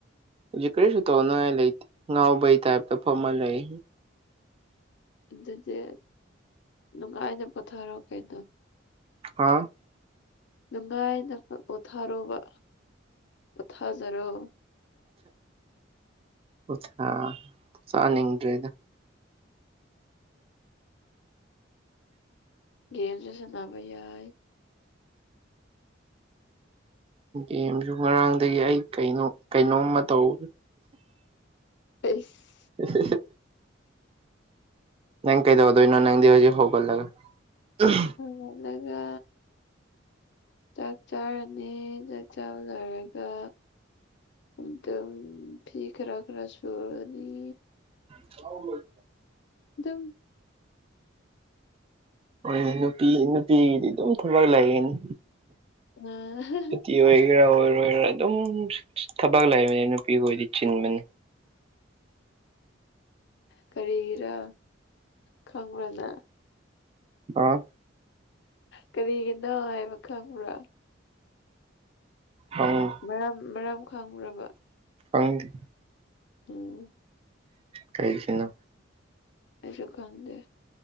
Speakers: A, on the right (about 30°); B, on the left (about 65°).
A: ꯍꯨꯖꯤꯛ ꯀꯔꯤꯁꯨꯨ ꯇꯧꯅꯤꯡꯉꯥꯏ ꯂꯩꯇꯦ ꯉꯥꯎꯕꯩ ꯇꯥꯏꯞꯇ ꯐꯝꯃꯒ ꯂꯩ
B: ꯑꯗꯨꯗꯤ ꯅꯨꯡꯉꯥꯏꯅ ꯄꯣꯊꯥꯔꯣ ꯀꯩꯅꯣ
A: ꯍꯥꯥꯎ
B: ꯅꯨꯡꯉꯥꯏꯅ ꯄꯣꯊꯥꯔꯣꯕ ꯄꯣꯊꯥꯖꯔꯣ
A: ꯄꯣꯊꯥꯅꯤꯡꯗ꯭ꯔꯦꯗ
B: ꯒꯦꯝꯁꯨ ꯁꯥꯟꯅꯕ ꯌꯥꯏ
A: ꯒꯦꯝꯁꯨ ꯉꯔꯥꯡꯗꯒꯤ ꯑꯩ ꯀꯩꯅꯣ ꯀꯩꯅꯣꯝꯃ ꯇꯧ
B: ꯍꯩꯁ
A: ꯑꯦꯍꯦꯍꯦ ꯅꯪ ꯀꯩ ꯇꯧꯗꯣꯏꯅꯣ ꯅꯪꯗꯤ ꯍꯧꯖꯤꯛ ꯍꯧꯒꯇꯂꯒ ꯎꯝ
B: ꯍꯧꯒꯠꯂꯒ ꯆꯥꯛ ꯆꯥꯔꯅꯤ ꯆꯥꯛ ꯆꯥꯕ ꯂꯣꯏꯔꯒ ꯑꯗꯨꯝ ꯐꯤ ꯈꯔ ꯈꯔ ꯁꯨꯔꯅꯤ
A: ꯆꯥꯎꯂꯣꯏ
B: ꯑꯗꯨꯝ
A: ꯍꯣꯏ ꯅꯨꯄꯤ ꯅꯨꯄꯤꯒꯤꯗꯤ ꯑꯗꯨꯝ ꯊꯕꯛ ꯂꯩꯒꯅꯤ
B: ꯑꯥ ꯍꯥ ꯍꯥ
A: ꯅꯨꯄꯤ ꯑꯣꯏꯒꯦꯔꯥ ꯑꯣꯏꯔꯣꯏꯒꯦꯔꯥ ꯑꯗꯨꯝ ꯊꯕꯛ ꯂꯩꯕꯅꯤ ꯅꯨꯄꯤꯈꯣꯏꯗꯤ ꯆꯤꯟꯕꯅꯤ
B: ꯀꯔꯤꯒꯤꯔ ꯈꯪꯕ꯭ꯔ ꯅꯪ
A: ꯑꯥ
B: ꯀꯔꯤꯒꯤꯅꯣ ꯍꯥꯏꯕ ꯈꯪꯕ꯭ꯔꯥ
A: ꯑꯧ
B: ꯃꯔꯝ ꯃꯔꯝ ꯈꯪꯕꯔ꯭ ꯕ
A: ꯈꯪꯗꯦ
B: ꯎꯝ
A: ꯀꯩꯒꯤꯅꯣ
B: ꯑꯩꯁꯨ ꯈꯪꯗꯦ